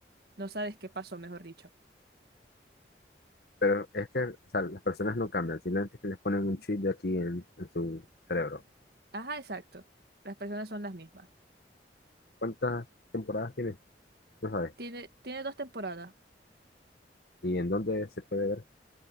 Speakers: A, on the right; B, on the left.
A: No sabes qué pasó, mejor dicho.
B: Pero es que, o sea, las personas no cambian, simplemente que les ponen un chip de aquí en, en su cerebro.
A: Ajá, exacto. Las personas son las mismas.
B: ¿Cuántas temporadas tiene? No sabes.
A: Tiene, tiene dos temporadas.
B: ¿Y en dónde se puede ver?